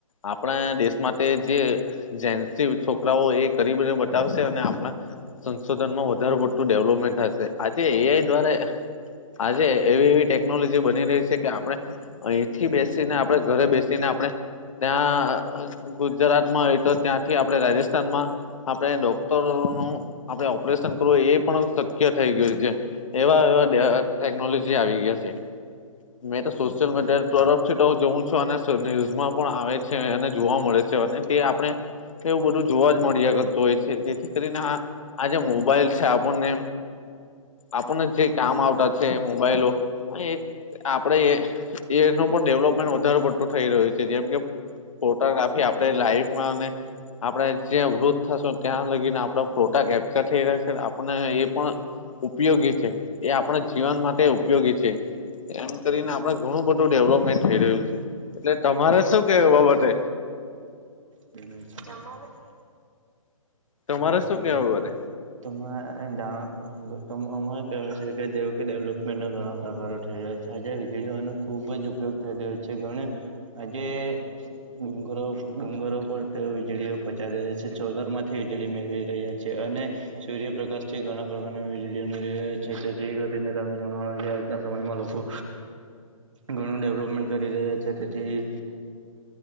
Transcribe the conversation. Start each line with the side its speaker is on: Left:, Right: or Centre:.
Left: આપણા દેશ માટે જે જેથી છોકરાઓ એ કરીબને બતાવશે અને આપણા સંશોધન માં વધારે પડતું ડેવલોપમેન્ટ હશે આજે એઆઈ દ્વારા આજે એવી એવી ટેકનોલોજી બની રહી છે કે આપણે અહીંથી બેસીને આપડે ઘરે બેસીને આપણે ત્યાં ગુજરાતમાં તો ત્યાંથી આપણે રાજસ્થાનમાં આપણે ડોક્ટરો નું આપણે ઓપરેશન કરવું એ પણ શક્ય થઈ ગયું છે એવા એવા ટેકનોલોજી આવી ગયા છે મેં તો સોશિયલ મીડિયા તરફથી તો હ જોઉં છું અને ન્યુઝમાં પણ આવે છે અને જોવા મળે છે. તે આપણે એવું બધું જોવા જ મળ્યા કરતું હોય છે જેથી કરીને આ આજે મોબાઈલ છે આપણને આપણને જે કામ આવતા છે મોબાઈલો એ આપડે એ એનું પણ ડેવલોપમેન્ટ વધારે પડતું થઈ રહ્યું છે જેમ કે. ફોટોગ્રાફી આપણે લાઈફમાં અને. આપડે જ્યાં વૃદ્ધ થશું ત્યાં લગીને આપણા ફોટા કેપ્ચર થઈ રહ છે આપને એ પણ. ઉપયોગી છે એ આપણા જીવન માટે ઉપયોગી છે. એમ કરીને આપડે ઘણું બધું ડેવલપમેન્ટ થઈ રહ્યું છે. એટલે તમારે શું કેવુ એ બાબતે.
Right: બે જ. <inaudible>
Left: તમારે
Right: હામ.
Left: શું કેવું
Right: <inaudible>
Left: બાબતે
Right: ત જાણ અરે કહેવાય છે કે જેવ કે ડેવલપમેન્ટ ઘણા પ્રકારો થઈ જાય છે. ચારજર વીજળીઓનો ખૂબ જ ઉપયોગ થઈ રહ્યો છે ઘળે આજે. ડુંગરો ડુંગરો પણ વીજળીઓ પચાવી રહ્યા છે છોલર માંથી. વીજળી મેળવી રહ્યા છે અને. સૂર્યપ્રકાશ થી ઘણા પ્રકારની વીજળી મળી છે તે કરીને ત જણનું છે. ના સમયમાં લોકો ઘણું ડેવલપમેન્ટ કરી રહ્યા છે તેથી.